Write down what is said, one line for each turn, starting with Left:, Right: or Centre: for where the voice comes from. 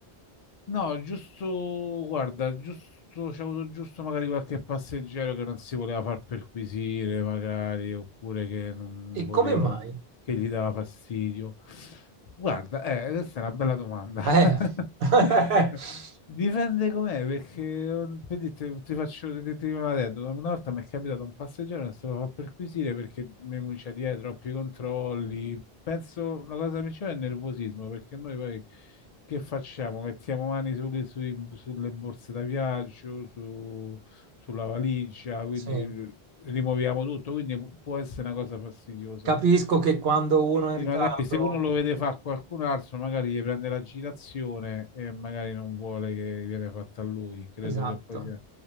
Left: No, giusto, guarda, giusto, c'è avuto giusto magari qualche passeggero che non si voleva far perquisire, magari, oppure che non
Right: E
Left: voleva,
Right: come mai?
Left: che gli dava fastidio. Guarda, eh, questa è una bella domanda.
Right: Eh,
Left: <laughs>
Right: <laughs>
Left: Dipende com'è, perché oh, per dirti, ti faccio ti dico una aneddoto. Una volta mi è capitato un passeggero che se lo fa perquisire perché mi comincia a dire "Eh, troppi controlli. Penso la cosa principale è il nervosismo, perché noi poi che facciamo? Mettiamo mani sulle, sui- sulle borse da viaggio, su- sulla valigia, quindi
Right: sì,
Left: rimuoviamo tutto, quindi pu- può essere una cosa fastidiosa.
Right: capisco che quando
Left: Quindi
Right: uno è in ritardo...
Left: magari se uno lo vede fa qualcun altro, magari gli prende l'agitazione e magari non vuole che viene fatta a lui. Credo
Right: Esatto.
Left: che poi sia,